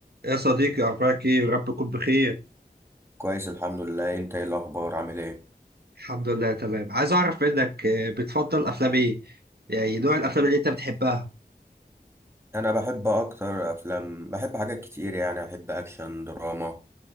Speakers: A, on the right; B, on the right.
A: يا صديقي أخبارك إيه؟ رب تكون بخير،
B: كويس الحمد لله انت ايه الاخبار عامل ايه
A: الحمد لله تمام، عايز أعرف منك آه، بتفضل أفلام إيه؟ يعني نوع الأفلام اللي أنت بتحبها،
B: انا بحب اكتر افلام بحب حاجات كتير يعني احب اكشن دراما